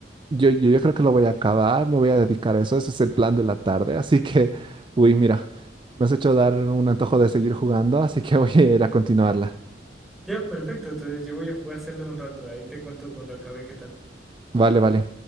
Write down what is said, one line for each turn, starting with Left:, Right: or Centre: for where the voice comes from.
Right: Yo, yo, yo creo que lo voy a acabar, me voy a dedicar a eso. Ese es el plan de la tarde, así que... Uy, mira, Me has hecho dar un antojo de seguir jugando, así que voy a ir a continuarla.
Centre: Ya, perfecto, entonces yo voy a jugar Zelda un rato, ahí te cuento cuando acabe qué tal.
Right: Vale, vale.